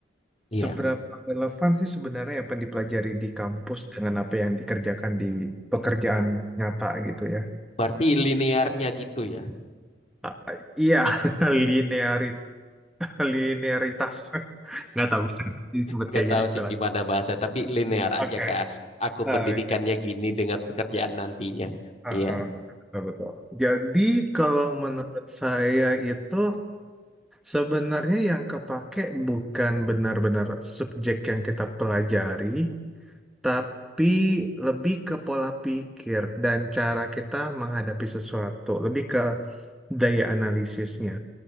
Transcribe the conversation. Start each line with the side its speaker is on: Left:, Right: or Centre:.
Left: Iya,
Centre: seberapa relevan sih sebenarnya apa yang dipelajari di kampus dengan apa yang dikerjakan di pekerjaan nyata gitu ya?
Left: berarti linearnya gitu ya.
Centre: Ah, ah, Iya, <laughs> linearit- linearitas. <laughs> Nggak tahu bisa disebut
Left: nggak
Centre: kayak
Left: tahu
Centre: gitu istilahnya.
Left: sih gimana bahasa tapi linear
Centre: Oke.
Left: aja Kak. Aku
Centre: Nah,
Left: pendidikannya
Centre: oke.
Left: gini dengan pekerjaan nantinya.
Centre: Ah,
Left: Iya,
Centre: betul, betul, betul. Jadi kalau menurut saya itu sebenarnya yang kepake bukan benar-benar subjek yang kita pelajari, tapi lebih ke pola pikir dan cara kita menghadapi sesuatu, lebih ke daya analisisnya.